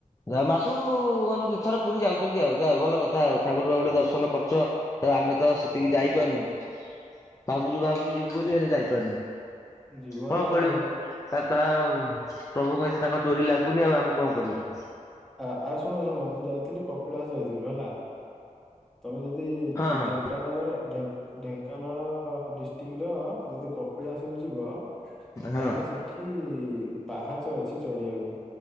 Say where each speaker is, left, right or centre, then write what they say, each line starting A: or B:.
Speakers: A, on the left (about 25°); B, in the centre.
A: ଯା ମାସକୁୁ ଦୁଇ ଥର ପୁରୀ ଯାଉଛନ୍ତି ଆଉ ଯା ଭଲ କଥା ଆଉ ଠାକୁର ଙ୍କୁ ଟିକେ ଗୋଟେ ଦର୍ଶନ କରଛ। ତ ଆମେ ତ ସେତିକି ଯାଇପାରୁନୁ।
B: ହ
A: ଭାବୁଚି-ଭାବୁଚି ଯିବି ବୋଲି ହେଲେ ଯାଇପାରୁନି,
B: ଯିବ
A: କଣ
B: ନା ଆଉ
A: <unintelligible> <unintelligible> ପ୍ରଭୁଙ୍କ ଇଚ୍ଛା ତାଙ୍କ ଡୋରି ଲାଗୁନି ଆଉ ଆମେ କଣ କରିବୁ।
B: ଆ ଆଉ ସବୁ ଶୁଣୁ ମୁଁ ଯାଇଥିଲି କପିଳାସ ଯାଇଥିଲୁ ହେଲା, ତମେ ଯଦି <unintelligible>
A: ହଁ ହଁ
B: ଢେଙ୍କାନାଳର ଢେଙ୍କାନାଳ ଡିଷ୍ଟ୍ରିକ୍ଟର ଯଦି କପିଳାସ କୁ ଯିବ ତାହେଲେ
A: ହଁ।
B: ସେଠି ପାହାଚ ଅଛି ଚଢିଆକୁ।